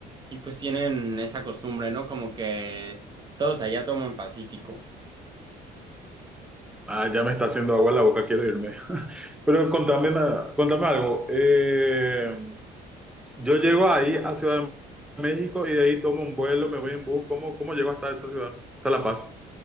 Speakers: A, on the right; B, in the centre.
A: Y pues tienen esa costumbre, ¿no? Como que todos allá toman Pacífico.
B: Ah, ya me está haciendo agua en la boca, quiero irme. <laughs> Pero contame, na- contame algo. Eh, yo llego ahí a Ciudad de México y de ahí tomo un vuelo, me voy en bus. ¿Cómo, cómo llego hasta esa ciudad? Hasta La Paz.